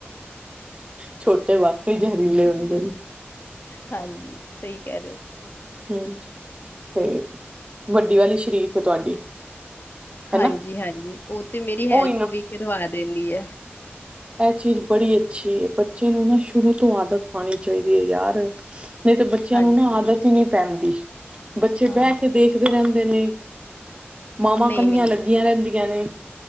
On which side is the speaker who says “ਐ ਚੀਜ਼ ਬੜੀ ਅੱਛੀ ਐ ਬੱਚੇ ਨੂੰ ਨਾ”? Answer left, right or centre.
Right